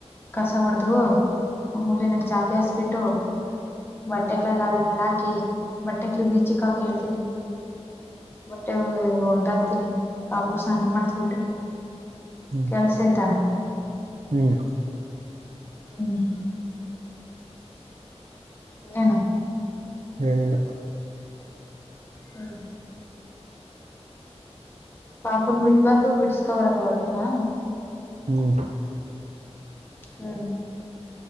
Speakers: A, on the left (about 20°); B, on the right (about 85°).
A: ಕಸ ಹೊಡ್ದು ಮೂಲೆಯಲ್ಲಿ ಚಾಪೆ ಹಸ್ಬಿಟ್ಟು. ಬಟ್ಟೆಗಳೆಲ್ಲ ಅದ್ರ ಮೇಲೆ ಹಾಕಿ ಬಟ್ಟೆಕ್ ಬೀಚಕ್ ಹಾಕಿ ಹೇಳ್ತೀನಿ <unintelligible> ಮತ್ತೆ ಒದಾಗ <inaudible> ಪಾಪುಗೆ ಸ್ನಾನ ಮಾಡಿಸ್ಬಿಟ್ಟು,
B: ಹ್ಮ್
A: ಕೆಲಸ ಆಯ್ತಾ.
B: ಹ್ಮ್
A: ಹ್ಮ್ ಇನ್ನೇನು,
B: ಏನಿಲ್ಲಾ,
A: ಹ್ಮ್ ಪಾಪುನ ಬಿಟ್ಟು ಬಂದು ಬಿಡಸ್ಕೋಂಡುಬರದ ಒಡ್ವೆೇನಾ.
B: ಹ್ಮ್
A: ಹ್ಮ್